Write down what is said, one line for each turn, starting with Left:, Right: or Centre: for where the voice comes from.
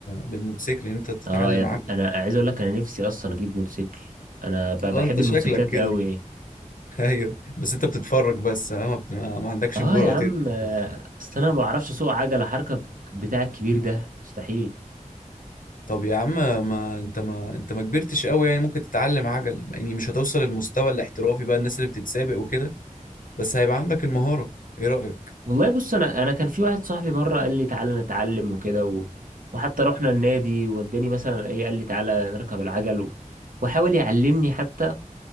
Left: للموتوسيكل ان انت تتعلم
Right: اه يا ابني
Left: عجل
Right: انا عايز اقول لك انا نفسي اصلا اجيب موتوسيكل انا ب-
Left: اه
Right: بحب
Left: انت
Right: الموتوسيكلات
Left: شكلك كده
Right: قوي
Left: <laughs> ايوه بس انت بتتفرج بس ها؟ ما, بت... ما ما عندكش
Right: اه
Left: الجرأة
Right: يا عم
Left: تركب
Right: آه،
Left: بس
Right: اصل انا ما بعرفش اسوق عجله حركه ب- بتاع الكبير ده مستحيل
Left: طب يا عم ما انت ما انت ما كبرتش قوي يعني ممكن تتعلم عجل يعني مش هتوصل للمستوى الاحترافي بقى الناس اللي بتتسابق وكده بس هيبقى عندك المهارة ايه رأيك
Right: والله بص انا انا كان في واحد صاحبي مره قال لي تعالى نتعلم وكده و... وحتى رحنا النادي وداني مثلا ايه قال لي تعالى نركب العجل و... وحاول يعلمني حتى